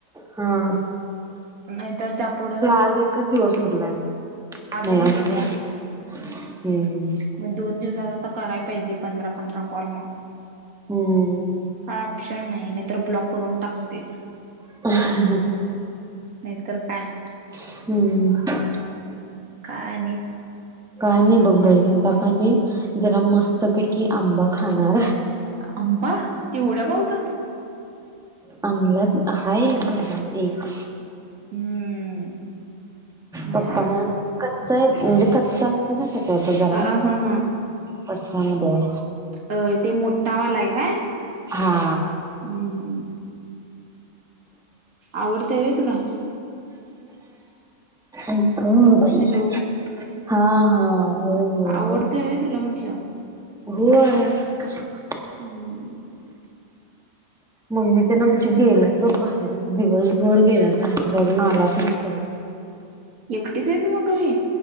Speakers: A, in the centre; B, on the right (about 80°).
A: हां.
B: नाहीतर त्या पुुढं
A: आज एकच दिवस उरलाय नाही
B: आणि
A: अजून
B: उद्या
A: हायती हम्म.
B: मग दोन दिवसात आता कराय पाहिजे पंधरा पंधरा कॉल मग
A: हम्म
B: का ऑप्शन नाही नाही तर ब्लॉक करून टाकतील.
A: <inaudible>
B: नाही तर काय.
A: हम्म.
B: काय आणि?
A: काय नाही बघ बाई आता कानाई जरा मस्तपैकी आंबा खाणार हाय.
B: आंबा एवढ्या पावसात?
A: आणल्यात हाय घरात एक.
B: हम्म. नाही
A: पप्पा नी आण कच्चाय म्हणजे कच्चा असतो ना ते <unintelligible> जरा.
B: अ हम्म हम्म.
A: तशा मध्ये हाय.
B: अ ते मोठावालाय काय?
A: हा.
B: हम्म. आवडतय व्हय तुला?
A: आई ग बाई
B: हॅलो
A: हा हा. होय होय
B: आवडतय
A: ग
B: व्हय तुला म्हटलं?
A: होय. <inaudible>
B: हम्म
A: मम्मी ते न आमची गेल्यात बघ बाहेर दिवसभर गेल्यात घरातच अजून आल्याच नाही घरी.
B: एकटीचय स मग घरी?